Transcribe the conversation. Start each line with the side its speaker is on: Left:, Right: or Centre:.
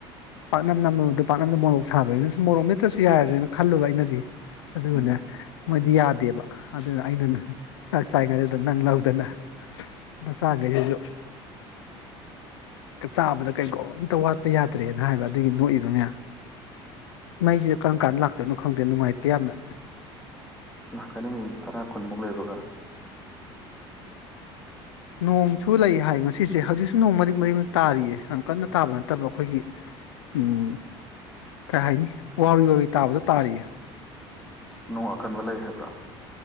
Left: ꯄꯥꯛꯅꯝ ꯅꯝꯃꯗ ꯄꯥꯛꯅꯝꯗ ꯃꯣꯔꯣꯛ ꯁꯥꯕꯅꯤꯅꯁꯨ ꯃꯣꯔꯣꯛ ꯅꯦꯠꯇ꯭ꯔꯁꯨ ꯌꯥꯔ꯭ꯔꯦꯅ ꯈꯜꯂꯨꯕ ꯑꯩꯅꯗꯤ ꯑꯗꯨꯒꯅꯦ
Centre: ꯎꯝ
Left: ꯃ ꯌꯥꯗꯦꯕ ꯑꯗꯨꯅ ꯑꯩꯅ ꯆꯥꯛ ꯆꯥꯏꯉꯩꯗꯨꯗ ꯅꯪ ꯂꯧꯗꯅ ꯅ ꯆꯈꯩꯁꯤꯁꯨ ꯆꯥꯕꯗ ꯀꯩꯒꯣ ꯑꯝꯇ ꯋꯥꯠꯄ ꯌꯥꯗ꯭ꯔꯦ ꯍꯥꯏꯔꯤꯕ ꯑꯗꯨꯒꯤ ꯅꯣꯛꯏꯕ ꯃꯌꯥꯝ ꯃꯩꯁꯦ ꯀꯔꯝ ꯀꯥꯟ ꯂꯥꯛꯇꯣꯏꯅꯣ ꯈꯪꯗꯦ ꯅꯨꯡꯉꯥꯏꯇꯦ ꯌꯥꯝꯅ
Centre: ꯂꯥꯛꯀꯅꯤ ꯃꯤꯅꯤꯠ ꯇꯔꯥ <unintelligible>
Left: ꯅꯣꯡꯁꯨ ꯂꯩ ꯍꯥꯏ ꯉꯁꯤꯁꯦ ꯍꯧꯖꯤꯛꯁꯨ ꯅꯣꯡ ꯃꯔꯤꯛ ꯃꯔꯤꯃꯨꯛ ꯇꯥꯔꯤꯌꯦ ꯌꯥꯝ ꯀꯟꯅ ꯇꯥꯕ ꯅꯠꯇꯕ ꯑꯩꯈꯣꯏꯒꯤ ꯎꯝ ꯀꯩ ꯍꯥꯏꯅꯤ ꯋꯥ ꯋꯥꯔꯤ ꯇꯥꯕꯗ ꯇꯥꯔꯤꯌꯦ
Centre: ꯅꯨꯡ ꯑꯀꯟꯕ ꯂꯩ ꯍꯥꯏꯕ꯭ꯔꯥ